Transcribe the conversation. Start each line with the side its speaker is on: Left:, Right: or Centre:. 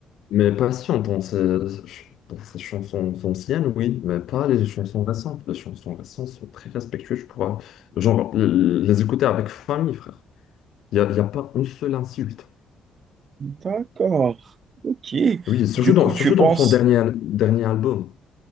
Left: mais Patiente, dans ses, dans ses chansons anciennes, oui, mais pas les chansons récentes. Les chansons récentes sont très respectueuses, je pourrais, genre, les écouter avec famille, frère. Il y a, il y a pas une seule insulte.
Right: D'accord, ok.
Left: Oui, surtout
Right: Du
Left: dans,
Right: coup,
Left: surtout
Right: tu penses
Left: dans son dernier, dernier album.